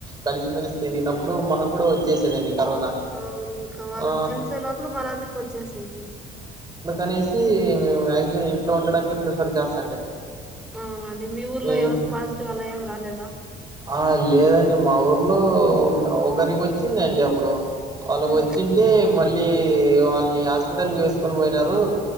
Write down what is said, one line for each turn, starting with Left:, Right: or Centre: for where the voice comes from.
Right: కలిసిమెలిసి తిరిగినప్పుడు మనకు గూడా వచ్చేసేదండి. కరోనా
Centre: ఆ అవును ఇంక వాళ్ళకి
Right: ఆ
Centre: తెలిసే లోపల మన అందరికొచ్చేసి ఉంటుంది.
Right: అనేసి మేము మాక్సిమం ఇంట్లో ఉండడానికి ప్రిఫర్ చేస్తాం.
Centre: ఉమ్ అండి మీ ఊర్లో
Right: ఉమ్
Centre: ఎవరి పాజిటివ్ అలా ఏం రాలేదా.
Right: ఆ లేదండి మా ఊర్లో ఒకరికి వచ్చిందండి అప్ ప్పుడు. వాళ్ళకొచ్చింటే
Centre: ఉమ్,
Right: మ. మళ్ళీ వాళ్ళని హాస్పిటల్ వేసు. వేసుకొని పోయినారు